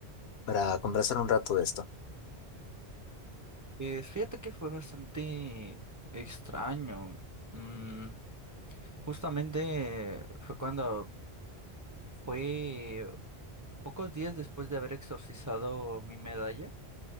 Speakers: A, on the left (about 75°); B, on the right (about 25°).
A: para conversar un rato de esto?
B: Eh, fíjate que fue bastante extraño. Mm, justamente fue cuando fue pocos días después de haber exorcizado mi medalla